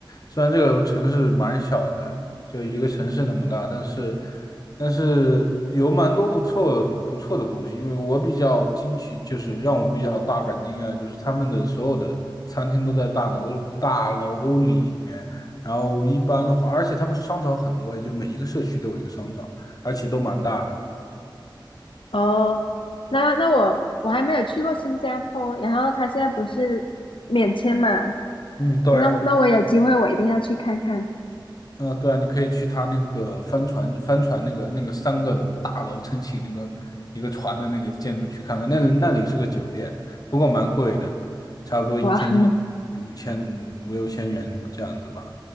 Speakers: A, on the left; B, on the left.
A: 虽然这个城市蛮小的，就一个城市那么大，但是但是有蛮多不错不错的东西。因为我比较惊奇，就是让我比较大感惊讶，就是他们的所有的餐厅都在大楼大楼里面。然后一般的话，而且他们商场很多，也就每一个社区都有一个商场，而且都蛮大的。
B: 哦，那那我我还没有去过新加坡，然后他现在不是免签嘛，
A: 嗯，对。
B: 那那我有机会我一定要去看看。
A: 嗯、呃对啊，你可以去他那个帆船帆船那个那个三个楼大楼撑起那个一个船的那个建筑去看看，那里那里是个酒店，不过蛮贵的，差不多一天就
B: 哇 <laughs>
A: 五千五五六千元这样子吧。